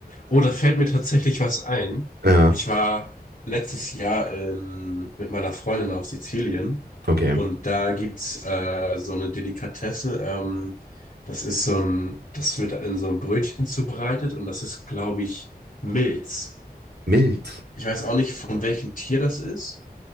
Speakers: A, on the left; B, on the right.
A: Oh, da fällt mir tatsächlich was ein.
B: <laughs> ja
A: Ich war letztes Jahr ähm, mit meiner Freundin auf Sizilien
B: okay.
A: und da gibt's äh, so eine Delikatesse. Ähm, das ist so ein, das wird in so einem Brötchen zubereitet und das ist, glaube ich, Milz.
B: Mild.
A: Ich weiß auch nicht, von welchem Tier das ist,